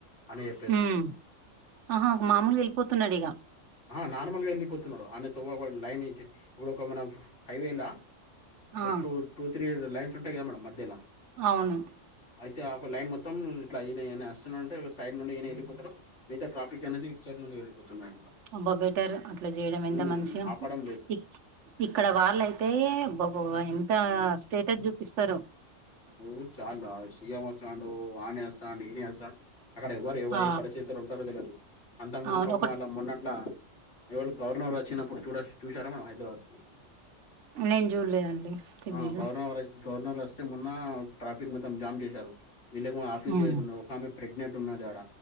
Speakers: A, on the left; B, on the right.
A: అని చెప్పేస్తున్నాడు
B: ఉమ్ ఆహా మామూలుగా యెళ్ళిపోతున్నాడు ఇగ
A: ఆహా నార్మల్ గా యెళ్ళిపోతున్నాడు ఆమె తోవ్వ లైన్ నుంచి ఇప్పుడు ఒక మన ఫో హైవేలా ఒక
B: ఆ
A: టూ టూ త్రీ లైన్స్ ఉంటాయి గా మేడమ్ మధ్యలా
B: అవును
A: అయితే ఆ ఒక లైన్ మొత్తం ఇట్లా ఈయన ఈయన అస్తున్నాడంటే సైడ్ నుండి ఈయన యెళ్ళిపోతడు ట్రాఫిక్ అనేది ఇటు సైడ్ నుండి వెళ్ళిపోతున్నారు మేడం
B: అబ్బా బెటర్ అట్లా జేయడం ఎంత
A: ఉమ్
B: మంచిగా
A: ఆపడం లేదు
B: ఇ ఇక్కడ వాళ్ళయితే అబ్బా బ్బా ఎంత స్టేటస్ జూపిస్తరో
A: ఓ చాలా సీఎం వస్తాండు ఆనేస్తాంది ఈనేస్తాను అక్కడ ఎవ్వరు ఎవ్వ
B: ఆ
A: ఏ పరిస్థితులు ఉంటరో దెల్వది. అంతకు ముందు
B: అవును
A: ప్రభుత్వం
B: ఒక
A: వాళ్ళ మొన్నట్లా ఎవరు గవర్నర్ వచ్చినప్పుడు చూడ చూసారా మనం హైదరాబాద్ కి
B: నేన్ జూడలేదండి తెలీదు
A: ఆ గవర్నర్ గవర్నర్ వస్తే మొన్న ట్రాఫిక్ మొత్తం జామ్ జేశారు వీళ్ళెమో ఆఫీస్
B: హ్మ్.
A: పోయేదున్నా ఒక ఆమెకు ప్రెగ్నెంట్ ఉన్నది ఆడ